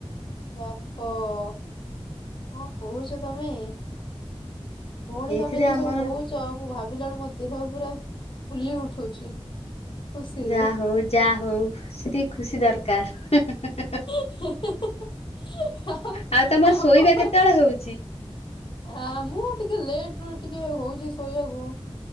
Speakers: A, on the left; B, on the left.
A: ବାପ କଁ କହୁଛ ତମେ। ଭଉଣୀ
B: ଏଇଥିରେ
A: ତମେ ଯୋଉ
B: ଆମର
A: ସବୁ କହୁ ଚ ମୁଁ ଭାବିଲାଳୁ ମୋ ଦେହ ପୁରା ଫୁଲି ଉଠୁଛି। ଖୁସିରେ
B: ଯା ହଉ ଯା ହଉ ସେତିକି ଖୁସି ଦରକାର।
A: <unintelligible> ଆଉ
B: ଆଉ ତମର
A: ଆମ
B: ଶୋଇବା
A: ଘରକୁ
B: କେତେବେଳେ ହଉଛି
A: ଆ ମୁଁ ଟିକେ ଲେଟ ରୁ ଟିକେ ହଉଛି ଶୋଇବାକୁ